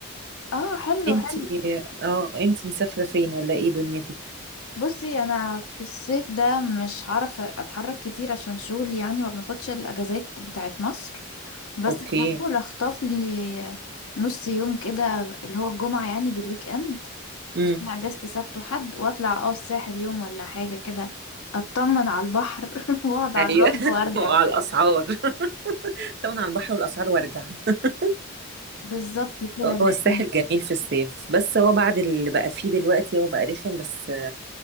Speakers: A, on the left; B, on the right.
A: اه حلو
B: انتي
A: حلو
B: اه انتي مسافره فين ولا ايه دنيتك
A: بصي انا في الصيف ده مش هعرف اتحرك كتير عشان شغلي يعني ما بناخدش الاجازات بتاعت مصر بس
B: اوكي
A: هحاول اخطف لي نص يوم كده اللي هو الجمعة يعني بالويك اند
B: امم
A: عشان اجازتي سبت وحد واطلع اه الساحل يوم ولا حاجة كده اطمن على البحر <laughs> واقعد على
B: ايوه
A: الرمل
B: <laughs>
A: وارجع
B: وعلى الاسعار <laughs> طبعا على البحر والاسعار وارجع <laughs>
A: بالظبط كده لا
B: هو الساحل جميل في الصيف بس هو بعد اللي بقى فيه دلوقتي هو بقى رخم بس